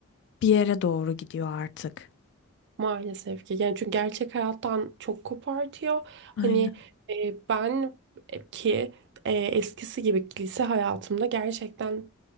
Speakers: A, on the left; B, on the right.
A: bir yere doğru gidiyor artık.
B: Maalesef ki. Yani çünkü gerçek hayattan çok kopartıyor. Hani
A: Aynen.
B: e, ben e, ki e, eskisi gibi lise hayatımda gerçekten